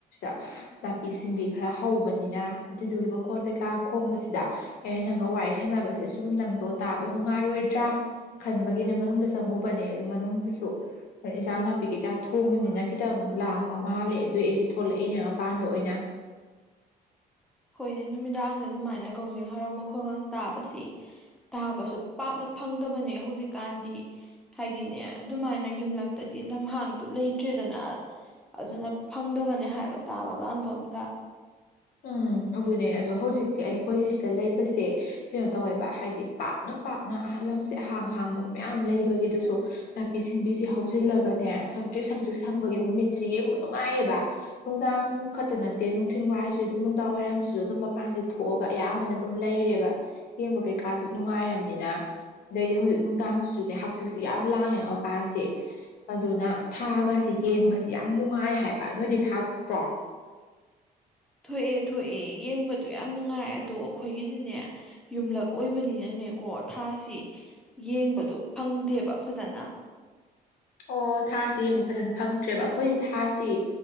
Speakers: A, on the left; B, in the centre.
A: <inaudible> ꯅꯥꯄꯤ ꯁꯤꯡꯕꯤ ꯈꯔ ꯍꯧꯕꯅꯤꯅ ꯑꯗꯨꯏꯗꯨꯒꯤ ꯃꯈꯣꯟ ꯀꯩꯀꯥ ꯈꯣꯡꯕꯁꯤꯗ ꯑꯦ ꯅꯪꯒ ꯋꯥꯔꯤ ꯁꯥꯟꯅꯕꯁꯦ ꯁꯨꯝ ꯅꯪꯗꯣ ꯇꯥꯕ ꯅꯨꯡꯉꯥꯏꯔꯣꯏꯗ꯭ꯔꯥ ꯈꯟꯕꯒꯤꯅꯦ ꯃꯅꯨꯡꯗ ꯆꯪꯉꯨꯕꯅꯦ ꯑꯗꯨ ꯃꯅꯨꯡꯗꯁꯨ ꯏꯟꯁꯥꯡ ꯅꯥꯄꯤ ꯀꯩꯀꯥ ꯊꯣꯡꯉꯕꯅꯤꯅ ꯈꯤꯇꯪ ꯂꯥꯡꯕ ꯃꯥꯜꯂꯦ ꯑꯗꯨꯏ ꯑꯩꯁꯨ ꯊꯣꯂꯛꯏꯅꯦ ꯃꯄꯥꯟꯗ ꯑꯣꯏꯅ
B: ꯍꯣꯏꯅꯦ ꯅꯨꯃꯤꯗꯥꯡꯗ ꯑꯗꯨꯃꯥꯏꯅ ꯀꯖꯤꯡ ꯍꯔꯥꯎ ꯃꯈꯣꯡꯒ ꯇꯥꯕꯁꯤ ꯇꯥꯕꯁꯨ ꯄꯥꯛꯅ ꯐꯪꯗꯕꯅꯦ ꯍꯧꯖꯤꯛꯀꯥꯟꯗꯤ ꯍꯥꯏꯗꯤꯅꯦ ꯑꯗꯨꯃꯥꯏꯅ ꯌꯨꯝꯂꯛꯇꯗꯤ ꯂꯝꯍꯥꯡꯗꯨ ꯂꯩꯇ꯭ꯔꯦꯗꯅ ꯑꯗꯨꯅ ꯐꯪꯗꯕꯅꯦ ꯍꯥꯏꯕ ꯇꯥꯕꯒꯗꯣ ꯑꯝꯇ
A: ꯎꯝ ꯑꯗꯨꯅꯦ ꯑꯗꯣ ꯍꯧꯖꯤꯛꯁꯦ ꯑꯩꯈꯣꯏꯁꯤꯦ ꯁꯤꯗ ꯂꯩꯕꯁꯦ ꯀꯩꯅꯣ ꯇꯧꯋꯦꯕ ꯍꯥꯏꯗꯤ ꯄꯥꯛꯅ ꯄꯥꯛꯅ ꯑꯍꯜ ꯂꯝꯁꯦ ꯑꯍꯥꯡ ꯑꯍꯥꯡꯕ ꯃꯌꯥꯝ ꯂꯩꯕꯒꯤꯗꯨꯁꯨ ꯅꯥꯄꯤ ꯁꯤꯡꯕꯤꯁꯤ ꯍꯧꯖꯤꯜꯂꯒꯅꯦ ꯁꯪꯇꯤꯛ ꯁꯪꯇ꯭ꯛ ꯁꯝꯕꯒꯤ ꯃꯃꯤꯠꯁꯤ ꯌꯦꯡꯕ ꯅꯨꯡꯉꯥꯏꯌꯦꯕ ꯅꯨꯡꯗꯥꯡ ꯈꯛꯇ ꯅꯠꯇꯦ ꯅꯨꯡꯊꯤꯟꯜ ꯋꯥꯏꯁꯨ ꯑꯗꯨꯝ ꯅꯨꯡꯗꯥꯡ ꯋꯥꯏꯔꯝꯁꯤꯁꯨ ꯑꯗꯨꯝ ꯃꯄꯥꯟꯁꯦ ꯊꯣꯛꯑꯒ ꯑꯌꯥꯝꯕꯅ ꯑꯗꯨꯝ ꯂꯩꯔꯦꯕ ꯌꯦꯡꯕ ꯀꯩꯀꯥꯗꯨ ꯅꯨꯡꯉꯥꯏꯔꯝꯅꯤꯅ ꯑꯗꯩꯗꯤ ꯍꯧꯖꯤꯛ ꯅꯨꯡꯗꯥꯡꯁꯤꯁꯨꯅꯦ ꯍꯛꯆꯤꯁꯦ ꯌꯥꯝ ꯂꯥꯡꯉꯦ ꯃꯕꯥꯁꯦ ꯑꯗꯨꯅ ꯊꯥꯒꯁꯤ ꯌꯦꯡꯕꯁꯤ ꯌꯥꯝ ꯅꯨꯡꯉꯥꯏ ꯍꯥꯏꯕ ꯅꯣꯏꯗꯤ ꯊꯥ ꯊꯣꯛꯣꯛꯇ꯭ꯔꯣ
B: ꯊꯣꯛꯑꯦ ꯊꯣꯛꯑꯦ ꯌꯦꯡꯕꯗ ꯌꯥꯝ ꯅꯨꯡꯉꯥꯏ ꯑꯗꯣ ꯑꯩꯈꯣꯏꯒꯤꯗꯤꯅꯦ ꯌꯨꯝꯂꯛ ꯑꯣꯏꯕꯅꯤꯅꯅꯦ ꯀꯣ ꯊꯥꯁꯤ ꯌꯦꯡꯕꯗ ꯐꯪꯗꯦꯕ ꯐꯖꯅ
A: ꯑꯣ ꯊꯥꯥꯁꯦ ꯌꯦꯡꯕ ꯐꯖꯅ ꯐꯪꯗ꯭ꯔꯦꯕ ꯑꯩꯈꯣꯏ ꯊꯥꯁꯦ